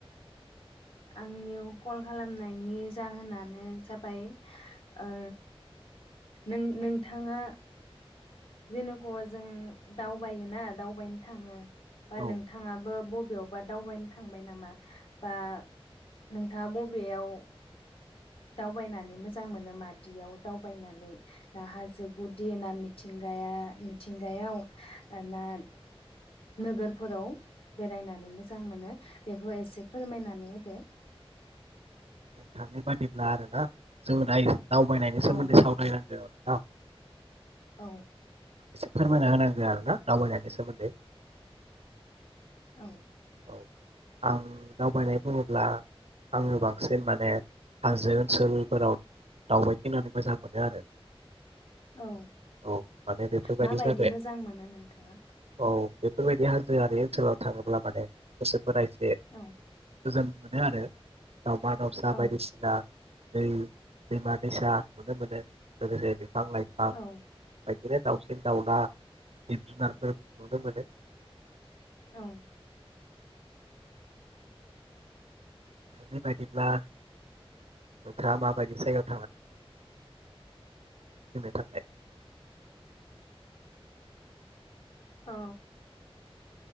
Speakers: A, on the left (about 65°); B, on the right (about 85°).
A: आंनियाव कल खालामनायनि जाहोनानो जाबाय ओ नों नोंथाङा जेनेखु जों दावबायोना दावबायनो थाङो बा
B: औ
A: नोंथाङाबो बबेयाव बा दावबायनो थांबाय नामा बा नोंथाङा बबेयाव दावबायनानै मोजां मोनो मादियाव दावबायनानै ना हाजो गुदि ना मिथिंगाया मिथिंगायाव ना नोगोरफोराव बेरायनानै मोजां मोनो बेखौ एसे फोरमायनानै होदो।
B: <unintelligible> दावबायनायनि
A: औ
B: सोमोन्दै सावराय <unintelligible> <unintelligible>
A: औ।
B: फोरमायना होनांगौ आरोना दावबायनायनि सोमोन्दै।
A: औ।
B: औ आं दावबायनाय बुङोब्ला आङो बांसिन माने हाजो ओनसोलफोराव दावबायथिंनानै मोजां मोनो आरो।
A: औ
B: औ माने बेफोरबायदि
A: माबायदि
B: जायगायाव
A: मोजां मोनो नोंथाङा?
B: औ बेफोरबायदि हाजोआरि ओनसोलाव थाङोब्ला गोसो फोरा एसे
A: औ
B: गोजोन मोनो आरो। दाउमा दाउसा
A: औ
B: बायदिसिना दै दैमा दैसा नुनो मोनो लोगोसे बिफां लाइफां
A: औ
B: बिदिनो दाउसिन दाउला जिब जुनारफोर नुनो मोनो।
A: औ।
B: <inaudible> दावबायथिंनो थाखाय।
A: औ।